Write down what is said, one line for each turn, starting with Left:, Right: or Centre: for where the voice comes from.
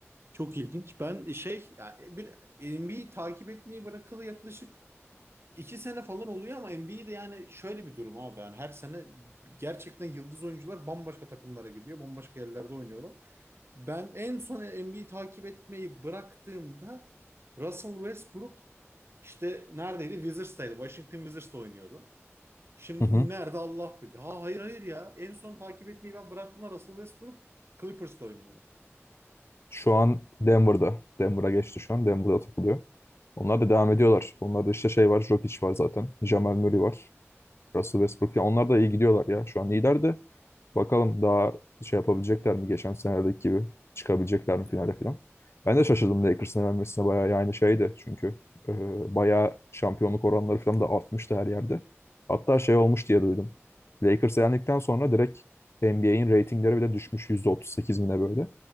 Right: Çok ilginç. Ben e, şey yani bir NBA'yi takip etmeyi bırakalı yaklaşık iki sene falan oluyor ama NBA'de yani şöyle bir durum abi. Yani her sene gerçekten yıldız oyuncular bambaşka takımlara gidiyor. Bambaşka yerlerde oynuyorlar. Ben en son NBA'yi takip etmeyi bıraktığımda Russell Westbrook işte neredeydi? Wizards'taydı. Washington Wizards'ta oynuyordu. Şimdi
Left: Hı hı.
Right: nerede Allah bilir. Ha hayır hayır ya. En son takip etmeyi ben bıraktığımda Russell Westbrook Clippers'ta oynuyordu.
Left: Şu an Denver'da. Denver'a geçti şu an. Denver'da takılıyor. Onlar da devam ediyorlar. Onlarda işte şey var. Jokic var zaten. Jamal Murray var. Russell Westbrook. Ya onlar da iyi gidiyorlar ya. Şu an liderdi. Bakalım daha şey yapabilecekler mi geçen senedeki gibi çıkabilecekler mi finale falan. Ben de şaşırdım Lakers'ın elenmesine bayağı yani şeydi çünkü e, bayağı şampiyonluk oranları falan da artmıştı her yerde. Hatta şey olmuş diye duydum. Lakers elendikten sonra direkt NBA'in reytingleri bile düşmüş %38 bine böyle.